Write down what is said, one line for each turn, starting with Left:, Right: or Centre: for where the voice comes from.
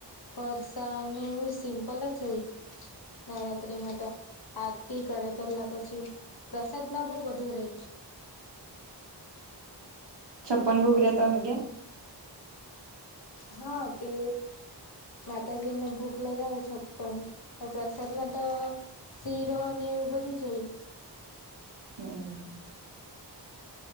Left: ફરસાને એવું સિમ્પલ જ હોય નવરાત્રત્રિમાં તો આરતી કરે પેલા પછી પ્રસાદમાં બહ બુ રહી <unintelligible>
Right: છપ્પન બોગ રહ્યા હતા કે
Left: હા તે માતાજી ને ભોગ લગાવે છપ્પન તો પ્રસાદમાં તો શીરો ને એવું બધું જોયું
Right: હમ